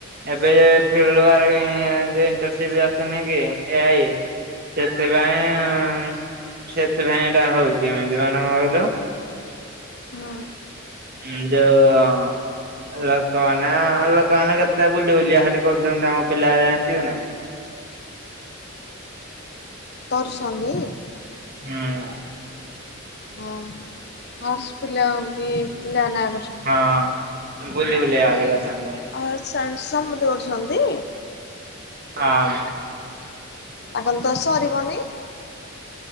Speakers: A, on the right; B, on the left.
A: ଏବେ ଯ ଫିଲୁଆର୍ ଇଣ୍ଟରସିଭ୍ ଆସୁନି କି ଏଆଇ ସେଥିପାଇଁ ସେଥିପାଇଁ ଏଇଟା ହଉଛି ଏମିତି ମାନେ କଁ କହିଲୁ
B: ହୁଁ।
A: ଉଁ ଯୋଉ ଲୋକମାନେ ଲୋକମାନେ କେତେ ବୁଲି ବୁଲିିବା ଖାଲି କରୁଛନ୍ତି ଆମ ପିଲା ଆଣିଚୁ କି ନାହିଁ।
B: ତୋର ସଙ୍ଗେ
A: ହୁଁ।
B: ହଁ ଆର୍ସ ପିଲା କି ପିଲା ନ
A: ହଁ ବୁଲି ବୁଲଆ ଖାଲି କରିଚନ୍ତି।
B: ଆ ର ଛନ୍ ସମେତେ କରୁଛନ୍ତି।
A: ହଁ।
B: ଆଗନ ତ ସରିବନି